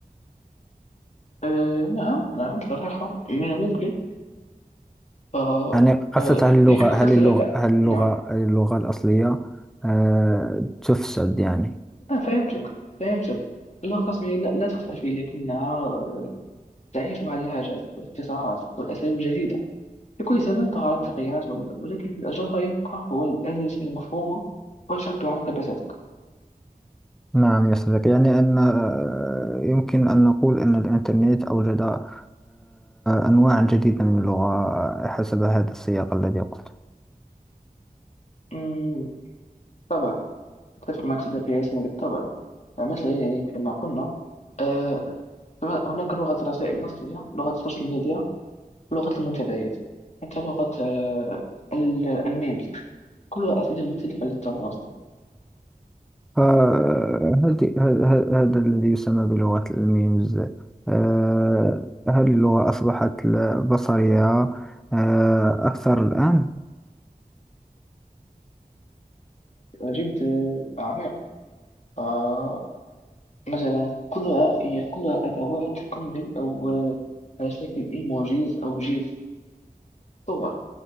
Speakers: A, on the left; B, in the centre.
A: آه نعم نعم صراحة من الممكن آه
B: يعني قصة
A: آه
B: هل اللغة
A: لكي أفسر
B: هل اللغة
A: لك
B: هل اللغة
A: نعم
B: هل اللغة الأصلية آه، تفسد يعني
A: آه فهمتك فهمتك اللغة الرسمية لا, لا تختفي لكنها آه، تعيش مع اللهجات والابتسامات والأساليب الجديدة في كل زمان ظهرت تغييرات ول- ولكن الجوهر يبقى هو الأساس المفهومة وتشبع عنك بذاتك
B: نعم يا صديقي يعني أن آه، يمكن أن نقول أن الإنترنت أوجد آه، أنواع جديدة من اللغة حسب هذا السياق الذي قلت
A: أمم، بالطبع أتفق معك صديقي ياسين بالطبع مثلا يعني كما قلنا آه هناك لغة الرسائل النصية لغة السوشيال ميديا ولغة المنتديات حتى لغة آه ال- الميمز كلها أساليب مختلفة للتواصل
B: فهذه هذا الذي يسمى بلغة الميمز آه، هل اللغة أصبحت ل- بصرية آه، أكثر الآن؟
A: جد آه، عميق آه مثلا كلها هي كلها أدوات تكمل أو آه، على شكل إيموجيز أو جيف صور